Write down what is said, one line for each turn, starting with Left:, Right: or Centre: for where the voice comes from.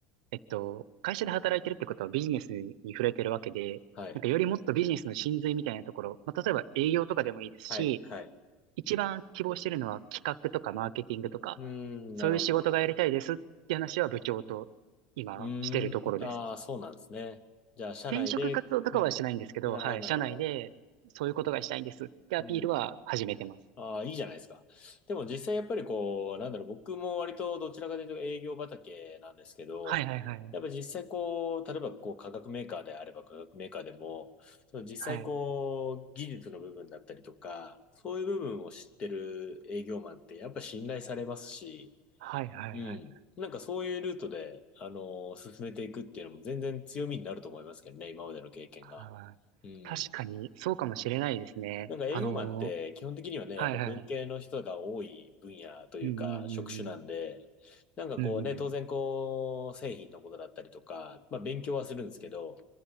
Right: えっと、会社で働いてるってことはビジネスに触れてるわけで、
Left: はい。
Right: なんかよりもっとビジネスの真髄みたいなところ、まあ、例えば営業とかでもいいですし、
Left: はい。はい。
Right: 一番希望してるのは企画とかマーケティングとか、
Left: うーん、
Right: そういう仕事がやりたいですって話は部長と今してるところです。
Left: なるほど、なるほど。うーん、ああ、そうなんですね。じゃあ、社内で、
Right: 転職活動とかはしてないんですけど、
Left: うん、なるほど、
Right: はい、
Left: なるほど。
Right: 社内でそういうことがしたいんですってアピールは始めてます。
Left: うん。ああ、いいじゃないですか。でも実際やっぱりこう、なんだろう、僕も割とどちらかというと営業畑なんですけど、
Right: はいはいはい。
Left: やっぱ実際こう、例えばこう、化学メーカーであれば化学メーカーでも、その実際こう、
Right: はい。
Left: 技術の部分だったりとか、そういう部分を知ってる営業マンってやっぱ信頼されますし、
Right: はいはいはい。
Left: うん。なんかそういうルートで、あのー進めていくっていうのも全然強みになると思いますけどね、今までの経験が。
Right: あー確かにそうかもしれないですね。
Left: うん。なんか営業マンって基本的にはね、
Right: あの
Left: やっぱ文系の人が多い分野というか職種なんで、
Right: ーはいはいうんうん
Left: なんかこうね、
Right: うんうん。うんうんうん。
Left: 当然こう、製品のことだったりとか、まあ勉強はするんですけど、